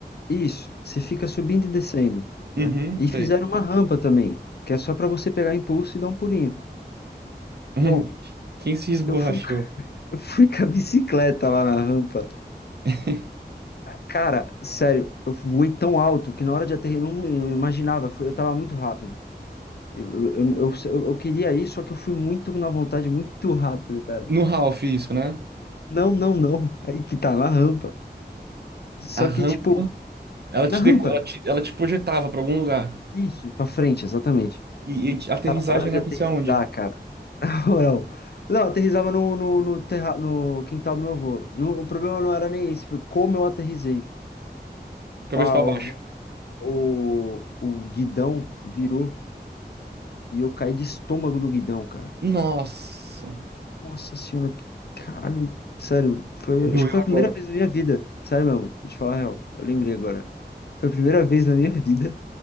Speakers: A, on the left; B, on the right.
A: Isso, você fica subindo e descendo,
B: Uhum,
A: né? E
B: sei.
A: fizeram
B: <laughs>
A: uma rampa também, que é só pra você pegar impulso e dar um pulinho.
B: Uhum.
A: Bom,
B: Quem se esborrachou?
A: eu fui, <laughs> eu fui com a bicicleta lá na rampa.
B: <laughs>
A: Cara, sério, eu voei tão alto que na hora de aterrar eu não imaginava, foi- eu tava muito rápido. Eu, eu, eu, eu, eu queria ir, só que eu fui muito na vontade, muito <laughs> rápido, cara.
B: No Ralph, isso, né?
A: Não, não, não. Aí que tá na rampa.
B: A
A: Só
B: rampa.
A: que, tipo,
B: Ela te,
A: na rampa.
B: deco- ela te, ela te projetava pra algum lugar.
A: Isso, pra frente, exatamente.
B: E, e a aterrissagem
A: Cara, na hora
B: era
A: de aterrissar,
B: pra ser aonde?
A: cara. <laughs> Na moral. Não, eu aterrissava no, no, no, terra, no quintal do meu avô. Não, o problema não era nem esse, foi como eu aterrissei.
B: De cabeça
A: Ah,
B: pra baixo.
A: o, vi- o, o guidão virou e eu caí de estômago no guidão, cara.
B: Nossa,
A: Nossa senhora, que caralho, sério, foi,
B: doeu
A: acho que foi
B: agora.
A: a primeira vez na minha vida, sério mesmo, vou te falar a real, eu lembrei agora. Foi a primeira vez na minha <laughs> vida